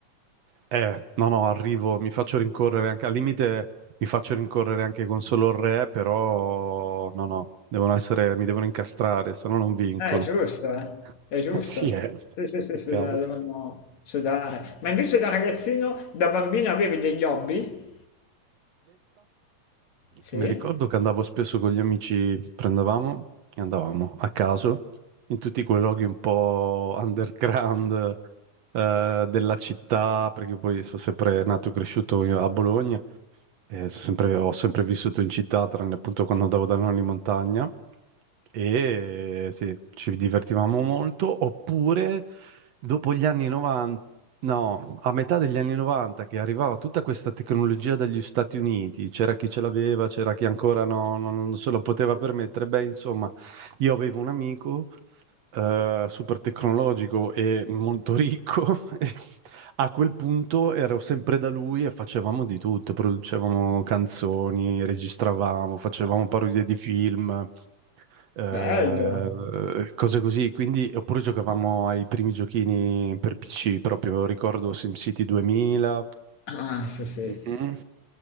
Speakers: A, on the right (about 60°); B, on the left (about 60°).
A: eh, no no, arrivo, mi faccio rincorrere anche, al limite mi faccio rincorrere anche con solo il re, però no no, devono essere, mi devono incastrare, se no non vincono.
B: eh, è giusto,
A: <laughs>
B: eh, è giusto,
A: Eh, Sì, eh.
B: sì, sì, sì,
A: Che
B: sì,
A: cavolo.
B: la devono sudare. Ma invece da ragazzino, da bambino avevi degli hobby? Sì,
A: Mi ricordo che andavo spesso con gli amici, prendevamo e andavamo a caso in tutti quei luoghi un po' underground eh, della città, perché poi sono sempre nato e cresciuto io a Bologna, e sono sempre- ho sempre vissuto in città, tranne appunto quando andavo da nonni in montagna, e sì, ci divertivamo molto, oppure dopo gli anni 90 No, a metà degli anni 90 che arrivava tutta questa tecnologia dagli Stati Uniti, c'era chi ce l'aveva, c'era chi ancora no- no- no, non se lo poteva permettere. Beh, insomma, io avevo un amico eh, super tecnologico e molto ricco <laughs> e a quel punto ero sempre da lui e facevamo di tutto, producevamo canzoni, registravamo, facevamo parodie di film eh,
B: bello.
A: cose così. Quindi, oppure giocavamo ai primi giochini per PC, proprio ricordo SimCity 2000
B: Ah, sì, sì.
A: mm,